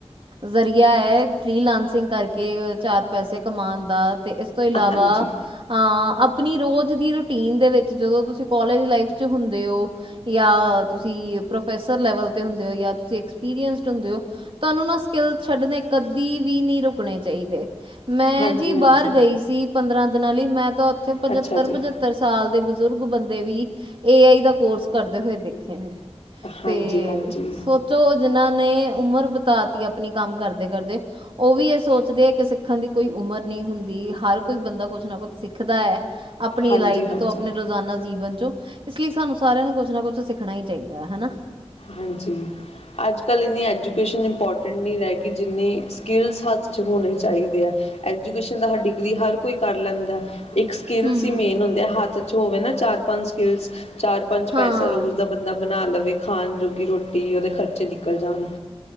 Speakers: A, on the right; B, on the left.
A: ਜ਼ਰੀਆ ਹੈ ਫੀ ਲਾਂਸਿੰਗ ਕਰਕੇ ਚਾਰ ਪੈਸੇ ਕਮਾਉਣ ਦਾ ਤੇ ਇਸ, ਤੋਂ ਇਲਾਵਾ
B: ਹਾਂਜੀ,
A: ਅ ਅਪ ਆਪਣੀ ਰੋਜ਼ ਦੀ ਰੂਟੀਨ ਦੇ ਵਿੱਚ ਜਦੋਂ ਤੁਸੀਂ ਕੋਲਜ ਲਾਈਫ 'ਚ ਹੁੰਦੇ ਹੋ ਯਾ ਤੁਸੀਂ ਪਰੋਫੇਸਰ ਲੈਵਲ ਤੇ ਹੁੰਦੇ ਹੋ ਯਾ ਤੁਸੀਂ ਅਕੇਸਪਿਰਸ ਹੁੰਦੇ ਹੋ ਤੁਹਾਨੂੰ ਨਾ ਸਕਿੱਲ ਛੱਡਣੇ ਕਦੀ ਵੀ ਨਹੀਂ ਰੁਕਣੇ ਚਾਹੀਦੇ। ਮੈਂ
B: ਹਾਂਜੀ-ਹਾਂਜੀ
A: ਜੀ ਬਾਹਰ ਗਈ ਸੀ ਪੰਦਰਾਂ ਦਿਨਾਂ ਲਈ ਮੈਂ ਤਾਂ ਉੱਥੇ ਪੰਝੱਤਰ
B: ਅੱਛਾ ਜੀ,
A: ਪੰਝੱਤਰ ਸੱਤਰ ਸਾਲ ਦੇ ਬਜ਼ੁਰਗ ਬੰਦੇ ਵੀ ਏ ਆਈ ਦਾ ਕੋਰਸ ਕਰਦੇ ਹੋਏ ਦੇਖੇ ਨੇ।
B: ਹਾਂਜੀ-ਹਾਂਜੀ,
A: ਤੇ ਸੋਚੋ ਜਿਨਾਂ ਨੇ ਉਮਰ ਬਿਤਾਦੀ ਆਪਣੀ ਕੰਮ ਕਰਦੇ, ਕਰਦੇ ਉਹ ਵੀ ਇਹ ਸੋਚਦੇ ਹੈ ਕਿ ਸਿੱਖਣ ਦੀ ਕੋਈ ਉਮਰ ਨਹੀਂ ਹੁੰਦੀ ਹਰ ਕੋਈ ਬੰਦਾ ਕੁਛ ਨਾ ਕੁੱਛ ਸਿੱਖਦਾ ਹੈ। ਆਪਣੀ
B: ਹਾਂਜੀ-ਹਾਂਜੀ
A: ਲਾਈਫ ਤੋਂ ਆਪਣੇ ਰੋਜ਼ਾਨਾ ਜੀਵਨ ਚੋ ਲਈ ਸਾਨੂੰ ਸਾਰਿਆਂ ਨੂੰ ਕੁਛ ਨਾ ਕੁਛ ਸਿੱਖਣਾ ਹੀ ਚਾਹੀਦਾ ਹਨਾ।
B: ਹਾਂਜੀ ਅੱਜ ਕੱਲ੍ਹ ਇੰਨੀ ਐਜੂਕੇਸ਼ਨ ਇੰਪੋਰਟੈਂਟ ਨਹੀਂ ਰਹਿ ਗਈ ਜਿੰਨੀ ਸਕਿੱਲਸ ਹੱਥ 'ਚ ਹੋਣੇ ਚਾਹੀਦੇ ਹੈ, ਐਜੂਕੇਸ਼ਨ ਦਾ ਹਰ ਡਿਗਰੀ ਹਰ ਕੋਈ ਕਰ ਲੈਂਦਾ। ਇੱਕ ਸਕਿੱਲਸ
A: ਹੂੰ
B: ਹੀ ਮੇਨ ਹੁੰਦੇ ਹੱਥ ਚ ਹੋਵੇ ਨਾ ਚਾਰ ਪੰਜ ਸਕਿੱਲਸ ਚਾਰ ਪੰਜ
A: ਹਾਂ
B: ਪੈਸਾ ਰੋਜ਼ ਦਾ ਬੰਦਾ ਬਣਾ ਲਵੇ ਖਾਣ ਜੋਗੀ ਰੋਟੀ ਉਹਦੇ ਖਰਚੇ ਨਿਕਲ ਜਾਣ।